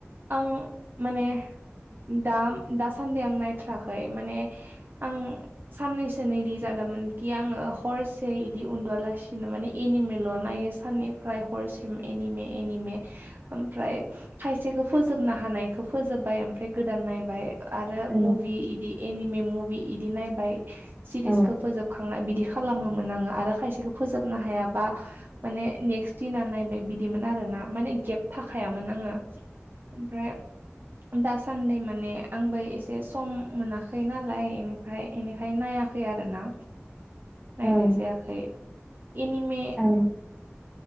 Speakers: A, on the right (about 45°); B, in the centre.
A: आं माने दा दासान्दि आं नायथाराखै माने आं साननैसो नै इदि जादोंमोन कि आङो हरसे इदि उन्दुआलासिनो माने एनिमेल' नायो साननिफ्राय हरसिम एनिमे एनिमे ओमफ्राय खायसेखौ फोजोबनो हानायखौ फोजोबबाय ओमफ्राय गोदान नायबाय आरो
B: औ
A: मभि इदि एनिमे मुभि बिदि नायबाय सिरिसखौ
B: औ
A: फोजोबखांना बिदि खालामोमोन आङो आरो खायसेखौ फोजोबनो हायाबा माने नेक्स्ट दिना नायबाय बिदिमोन आरोना माने गेब थाखायामोन आङो ओमफ्राय दासान्दि माने आंबो एसे सम मोनाखै नालाय बेनिफ्राय बेनिखाय नायाखै आरोना
B: <inaudible> औ
A: नायनाय जायाखै एनिमे
B: औ